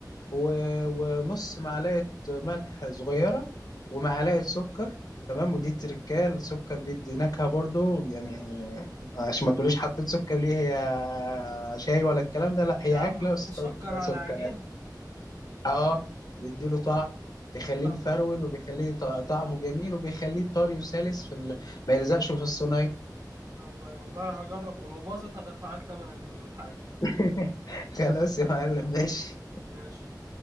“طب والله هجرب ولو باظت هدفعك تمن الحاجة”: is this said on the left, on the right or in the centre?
Right